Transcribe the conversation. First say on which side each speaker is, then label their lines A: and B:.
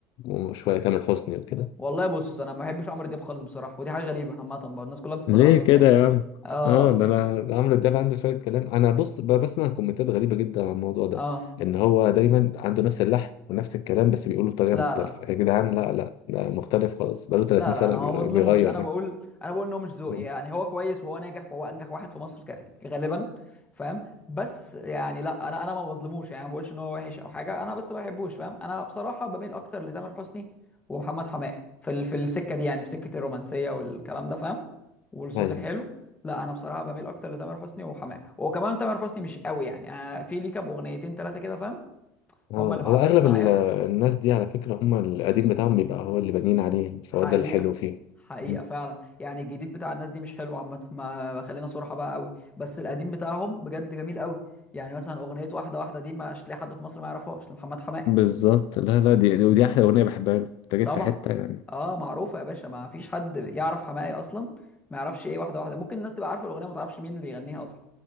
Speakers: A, on the left; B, on the left.
A: وشوية تامر حسني وكده
B: والله بص انا ما بحبش عمرو دياب خالص بصراحه ودي حاجه غريبه عامه برضه الناس كلها بتستغربني
A: ليه كده
B: في الحته
A: يا
B: دي
A: عم
B: اه
A: اه ده انا ده عمرو دياب عنده شويه كلام انا بص ب- بسمع كومنتات غريبه جدا عن الموضوع ده
B: اه
A: ان هو دايما عنده نفس اللحن ونفس الكلام بس بيقوله بطريقه
B: لا
A: مختلفه
B: لا
A: يا جدعان لا لا ده مختلف خالص بقاله 30
B: لا
A: سنه
B: لا انا
A: بيغ-
B: ما بظلموش
A: بيغير
B: انا بقول
A: يعني
B: انا بقول ان هو مش ذوقي
A: مم.
B: يعني هو كويس وهو ناجح وهو انجح واحد في مصر ك- غالبا فاهم بس يعني لا انا انا ما بظلموش يعني ما بقولش ان هو وحش او حاجه انا بس ما بحبوش فاهم انا بصراحه بميل اكتر لتامر حسني ومحمد حماقي في ال... في السكه دي يعني في سكه الرومانسيه والكلام ده فاهم والصوت
A: ايوه
B: الحلو لا انا بصراحه بميل اكتر لتامر حسني وحماقي وكمان تامر حسني مش قوي يعني أنا في ليه كام اغنيتين ثلاثه كده فاهم
A: اه
B: هم اللي معلقين
A: هو اغلب
B: معايا
A: ال- الناس دي على فكره هم القديم بتاعهم بيبقى هو اللي بانيين عليه فهو
B: حقيقة
A: ده الحلو فيه
B: حقيقة
A: مم.
B: فعلا يعني الجديد بتاع الناس دي مش حلو عامة ما خلينا صراحة بقى قوي بس القديم بتاعهم بجد جميل قوي يعني مثلا أغنية واحدة واحدة دي مش هتلاقي حد في مصر ما يعرفهاش لمحمد حماقي
A: بالظبط لا لا دي دي- ودي احلى اغنيه بحبها له انت جيت
B: طبعا
A: في حته يعني
B: اه معروفة يا باشا ما فيش حد يعرف حماقي أصلا ما يعرفش ايه واحدة واحدة ممكن الناس تبقى عارفة الأغنية ما تعرفش مين اللي يغنيها أصلا